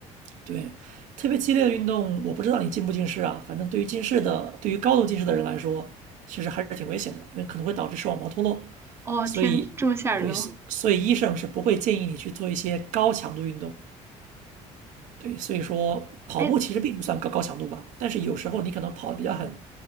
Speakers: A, on the right; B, on the right.
A: 对，特别激烈的运动，我不知道你近不近视啊。反正对于近视的，对于高度近视的人来说，其实还是挺危险的，因为可能会导致视网膜脱落。
B: 哦，
A: 所以，
B: 天，这么吓人的吗？
A: 对，所以医生是不会建议你去做一些高强度运动。对，所以说跑步其实并不算高高强度吧，
B: 哎，
A: 但是有时候你可能跑得比较狠，